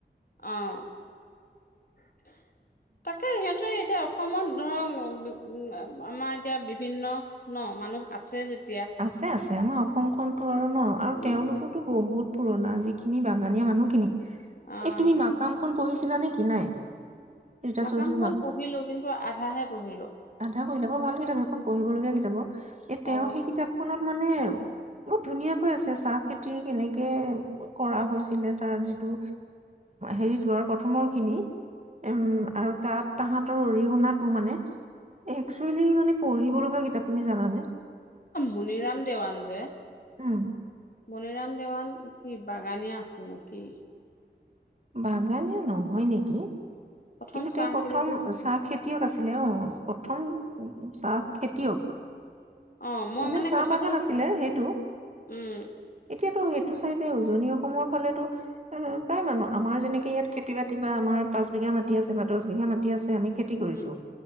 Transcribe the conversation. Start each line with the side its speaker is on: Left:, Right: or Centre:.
Left: অ' তাকে সিহঁতেৰ এতিয়া। অসমত ধৰক <unintelligible> আমাৰ এতিয়া বিভিন্ন ন মানুহ আছে যেত
Right: আছে আছে আমাৰ অসমখনতো আৰু ন আৰু
Left: উম
Right: তেওঁলোকোতো বহুত পুৰণা যিখিনি বাগানীয়া মানুহখিনিকি।
Left: অঁ
Right: এ তুমি মাকামখনন পঢ়িছ <unintelligible> কি নাই। ৰীতা
Left: মাকাম
Right: চৌধুৰী
Left: খন পঢ়িলো কিন্তু আ ধাহে পঢ়িলো।
Right: আধা পঢ়িলা বৰ ভাল কিতাপ সেইখন পঢ়িবলগীয়া কিতাপ অ। এ,
Left: অ
Right: তেওঁ সেই কিতাপখনত মানে বহুত ধুনীয়াাকৈ আছে চাহ খেতি কেনেকে কৰা হৈছিলে তাৰ যিটো হেৰিটো আৰু প্ৰথমৰ খিনি। উম, আৰু তাত তাহাঁত অৰিহণা টো মানে একচুৱেলি মানে পঢ়িব লগা কিতাপ তুমি জানানে।
Left: মনিৰাম দেৱান, যে
Right: উম
Left: মণিৰাম দেৱান কি বাগানীয়া আছিল নে কি।
Right: বাগানীয়া নহয় নেকি।
Left: প্ৰথম
Right: কিন্তু
Left: চাহ
Right: তেওঁ প্ৰথম
Left: খেতিটো
Right: চাহ খেতি তিয়ক আছিলে অ'। প্ৰথম চাহ খেতিয়ক।
Left: অ মই
Right: মানে চাহ
Left: কথাটো
Right: বাগান আছিলে সেইটো,
Left: উম
Right: এতিয়াতো সেইট চাইদে উজনি অসমৰ ফালেতো অ, প্ৰায় মানুহ আমাৰ যেনেকে ইয়াত খেতি বাতি বা আমাৰ পাঁচ বিঘা মাট মাটিআছে বা দহ বিঘা মাটি আছে আমি খেতি
Left: উম
Right: কৰিছো,